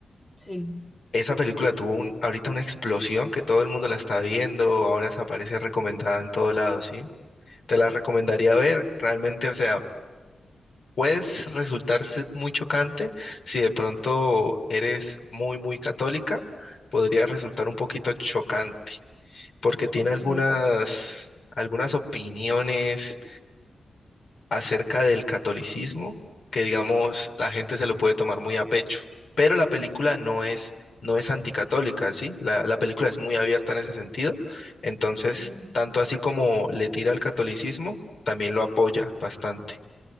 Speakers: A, on the left; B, on the left.
A: Sí.
B: Esa película tuvo un, ahorita una explosión que todo el mundo la está viendo, ahora se aparece recomendada en todo lado, ¿sí? Te la recomendaría ver, realmente, o sea, puedes resultar se- muy chocante si de pronto eres muy, muy católica, podría resultar un poquito chocante, porque tiene
A: Ok.
B: algunas, algunas opiniones acerca del catolicismo que, digamos, la gente se lo puede tomar muy a pecho, pero la película no es, no es anticatólica, ¿sí? La, la película es muy abierta en ese sentido, entonces,
A: Ujú.
B: tanto así como le tira al catolicismo, también lo apoya bastante.